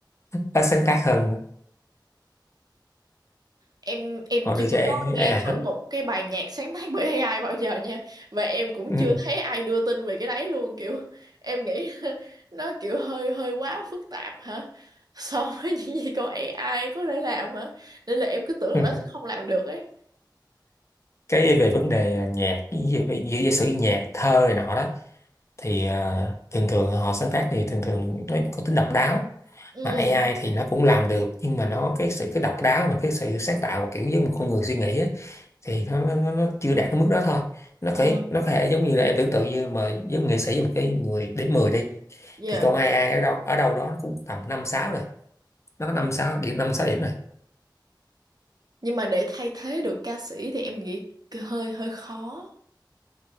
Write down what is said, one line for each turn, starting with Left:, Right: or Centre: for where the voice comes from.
Left: ít sáng tác hơn
Right: Em em
Left: họ
Right: chưa
Left: đưa cho AI
Right: có nghe thử
Left: hết
Right: một cái bài nhạc sáng tác bởi AI bao giờ nha. Và em cũng
Left: ừ.
Right: chưa thấy ai đưa tin về cái đấy luôn kiểu em nghĩ <laughs> nó kiểu hơi hơi quá phức tạp hả? <laughs> So với những gì con AI có thể làm hả? Nên là em cứ tưởng là
Left: <laughs>
Right: nó sẽ không làm được ấy.
Left: cái về vấn đề à, nhạc giữa giả sử như nhạc thơ này nọ đó thì à, thường thường họ sáng tác thì thường thường nó có tính độc đáo
Right: Ừ.
Left: Mà AI thì nó cũng làm được nhưng mà nó cái sự cái độc đáo và cái sự sáng tạo và kiểu giống một con người suy nghĩ á, thì nó, nó nó nó chưa đạt đến mức đó thôi nó
Right: Ờ.
Left: cái nó có thể giống như là em tưởng tượng như mà giống nghệ sĩ một cái người điểm 10 đi
Right: Yeah.
Left: thì con AI ở đâu ở đâu đó nó cũng tầm năm sáu rồi nó có năm sáu điểm năm sáu điểm rồi
Right: nhưng mà để thay thế được ca sĩ thì em nghĩ hơi hơi khó